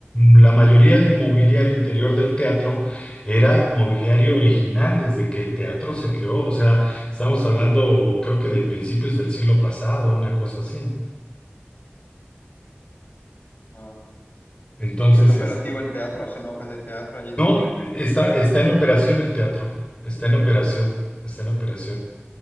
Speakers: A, on the left (about 25°); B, on the left (about 45°).
A: la mayoría del mobiliario interior del teatro era mobiliario original desde que el teatro se creó, o sea, estamos hablando creo que de principios del siglo pasado, una cosa así.
B: Wow.
A: Entonces,
B: ¿Está operativo
A: es-
B: el teatro? ¿Hacen obras de teatro allí todavía?
A: no, está, está en operación el teatro, está en operación, está en operación.